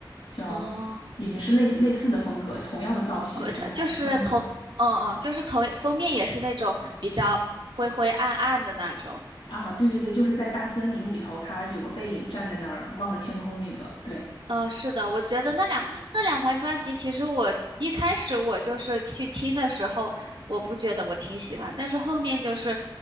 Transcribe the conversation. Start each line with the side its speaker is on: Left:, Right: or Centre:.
Left: 叫也是类似类似的风格，
Right: 哦，
Left: 同样的造型，
Right: 我这就是头，
Left: 就是他穿那个
Right: 嗯嗯，就是头封面也是那种比较灰灰暗暗的那种。
Left: 啊，对对对，就是在大森林里头，他有个背影站在那儿望着天空那个，对。
Right: 嗯，是的，我觉得那两那两盘专辑，其实我一开始我就是去听的时候，我不觉得我挺喜欢，但是后面就是，